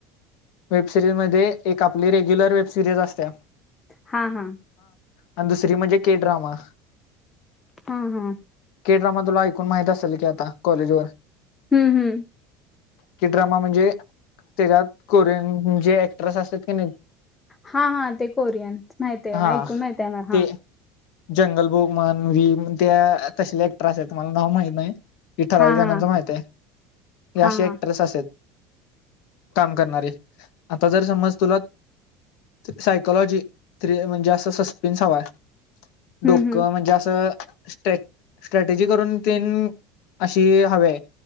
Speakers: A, on the left (about 70°); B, on the left (about 20°).
A: वेबसिरीज मध्ये एक आपली रेग्युलर वेबसिरीज असत्या.
B: हां हां.
A: आणि दुसरी म्हंजे के ड्रामा.
B: हां हां.
A: के ड्रमा तुला ऐकून माहित असल कि आता. कॉलेजवर
B: हम्म हम्म.
A: के ड्रामा म्हणजे त्याच्यात कोरियन जे ऍक्टरेस असत की नाहीं
B: हा हा ते कोरियन माहित आहे
A: हा
B: ऐकून माहित आहे मला
A: ते
B: हा
A: जंगल बुक म्हन व्हीम त्या तशले ऍक्टर आसलेत त मला नाव माहित नाही. की ठरावीक
B: हा
A: जणांच
B: हा
A: माहित आहे की
B: हा
A: अशे
B: हा
A: ऍक्ट्रेस असतेत. काम करणारे आता जर समज तुला सायकोलॉजी थ्री म्हणजे असं सस्पेन्स हवाय.
B: हम्म
A: डोकं
B: हम्म
A: म्हणजे असं स्टेे स्टे ते जे करून ते अशी हवे आहे,